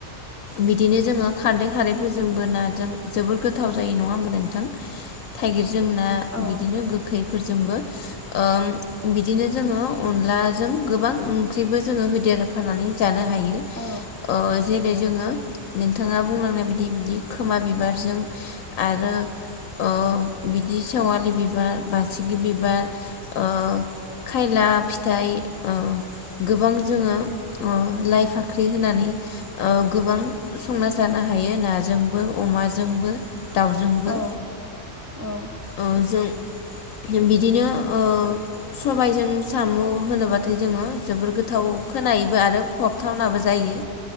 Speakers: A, on the left (about 75°); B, on the right (about 20°).
A: बिदिनो जोङो खारदै खारैफोरजोंबो नाजों जोबोर गोथाव जायो नङा होमबा नोंथां थाइगिरजों ना
B: औ
A: बिदिनो गोखैफोरजोंबो ओ बिदिनो जोङो अनला गोबां ओंख्रिबो जोंङो होदेरफानानै जानो हायो
B: औ
A: ओ जे जेरै जोङो नोंथाङा बुंलांनाय बायदि बिदि खोमा बिबारजों आरो ओ बिदि सेवालि बिबार बासिगि बिबार ओ खायला फिथाइ औ गोबां जोङो ओ लाइ फाख्रि होनानै गोबां संना जानो हायो। हायो नाजोंबो अमाजोंबो दाउजोंबो
B: औ औ
A: ओ जों बिदिनो ओ सबायजों साम' होनोब्लाथाय जोंङो जोबोर गोथाव खोनायोबो आरो फबथावनाबो जायो